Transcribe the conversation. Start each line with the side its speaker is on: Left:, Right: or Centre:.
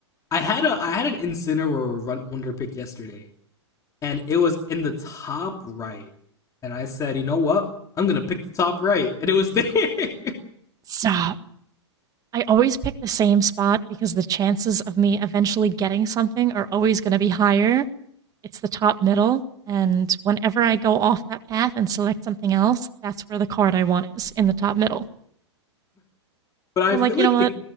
Left: I had a I had an Incineroar wonder pick yesterday, and it was in the top right. And I said, you know what? I'm gonna pick the top right, and it was there. <laughs>
Right: Stop. I always pick the same spot because the chances of me eventually getting something are always going to be higher. it's the top middle. And whenever I go off that path and select something else, that's where the card I want is in the top middle.
Left: but I
Right: And
Left: feel
Right: I'm like,
Left: like
Right: you know what?
Left: the